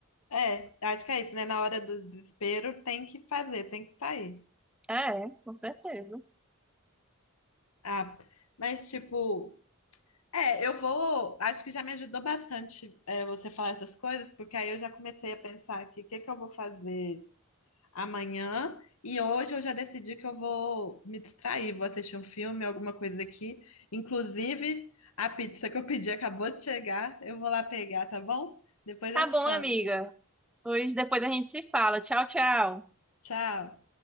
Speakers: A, on the left; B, in the centre.
A: É, acho que é isso, né? Na hora do desespero, tem que fazer, tem que sair.
B: É, com certeza.
A: Ah, mas, tipo. É, eu vou. Acho que já me ajudou bastante, é, você falar essas coisas, porque aí eu já comecei a pensar aqui o que que eu vou fazer amanhã. E hoje eu já decidi que eu vou me distrair, vou assistir um filme, alguma coisa aqui. Inclusive, a pizza que eu pedi acabou de chegar. Eu vou lá pegar, tá bom? Depois
B: Tá
A: eu te
B: bom,
A: chamo.
B: amiga. Pois depois a gente se fala. Tchau, tchau.
A: Tchau.